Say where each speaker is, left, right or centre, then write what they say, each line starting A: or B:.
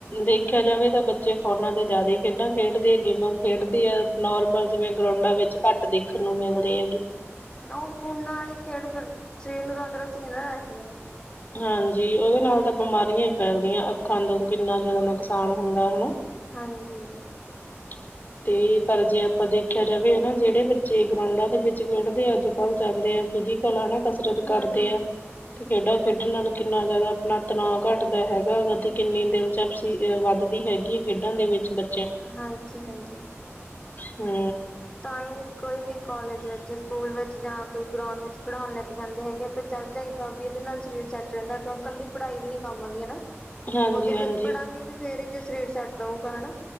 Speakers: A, on the left; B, on the left.
A: ਦੇਖਿਆ ਜਾਵੇ ਤਾਂ ਬੱਚੇ ਫੋਨਾਂ ਤੇ ਜਾਦਾ ਖੇਡਾਂ ਖੇਡਦੇ ਆ ਗੇਮਾਂ ਖੇਡਦੇ ਆ ਨੋਰਮਲ ਜਿਵੇਂ ਗਰਾਊਡਾਂ ਵਿੱਚ ਘੱਟ ਦੇਖਣ ਨੂੰ ਮਿਲਦੇ ਹੈਗੇ।
B: ਆ ਫੋਨ ਨਾਲ ਹੀ ਖੇਡ ਫਿਰ ਸਰੀਰ ਨੂੰ ਤੰਦਰੁਸਤ ਨੀ ਨਾ ਰੱਖਦੀ ਆ ਉਹ
A: ਹਾਂਜੀ ਉਹਦੇ ਨਾਲ ਤਾਂ ਬਿਮਾਰੀਆਂ ਹੀ ਫੈਲਦੀਆਂ ਅੱਖਾਂ ਤੋਂ ਕਿੰਨਾ ਜਾਦਾ ਨੁਕਸਾਨ ਹੁੰਦਾ ਹਨਾ
B: ਹਾਂਜੀ
A: <inaudible> ਤੇ ਪਰ ਜੇ ਆਪਾਂ ਦੇਖਿਆ ਜਾਵੇ ਨਾ ਜੇੜੇ ਬੱਚੇ ਗਰਾਉਂਡਾਂ ਦੇ ਵਿੱਚ ਖੇਡਦੇ ਅੱਜ-ਕੱਲ੍ਹ ਜਾਂਦੇ ਆ ਫਿਜਿ ਕਲਾ ਨਾ ਕਸਰਤ ਕਰਦੇ
B: ਹੂੰ ਹੂੰ
A: ਆ ਤੇ ਖੇਡਾਂ ਖੇਡਣ ਨਾਲ ਕਿੰਨਾ ਜਾਦਾ ਆਪਣਾ ਤਣਾਅ ਘੱਟਦਾ ਹੈਗਾ ਤੇ ਕਿੰਨੀ ਦਿਲਚਪਸੀ ਵੱਧਦੀ ਹੈਗੀ। ਖੇਡਾਂ ਦੇ ਵਿੱਚ ਬੱ
B: ਹਾਂਜੀ-ਹਾਂਜੀ
A: ਹੂੰ
B: ਤਾਂ ਹੀ ਕੋਈ ਵੀ ਕੋਲਜ ਵਿੱਚ ਸਕੂਲ ਵਿੱਚ ਜਾਂ ਕੋਈ ਗਰਾਉਂਡ ਵਿੱਚ ਖਿਡਾਉਣ ਲੈ ਕੇ ਜਾਂਦੇ ਹੈਗੇ। ਤੇ ਚੱਲ ਜਾਈਦਾ ਵੀ ਇਹਦੇ ਨਾਲ ਸਰੀਰ ਸੈੱਟ ਰੈਂਦਾ ਕਿਉ ਕੱਲੀ ਪੜ੍ਹਾਈ ਵੀ ਨੀ ਕੰਮ ਆਉਂਦੀ ਹਨਾ।
A: ਹਾਂਜੀ
B: ਉਹਦੇ ਲਈ
A: ਹਾਂਜੀ
B: ਪੜਾਂਗੇ ਵੀ ਫੇਰ ਹੀ ਜ ਸਰੀਰ ਸੈੱਟ ਰਊਗਾ ਹਨਾ।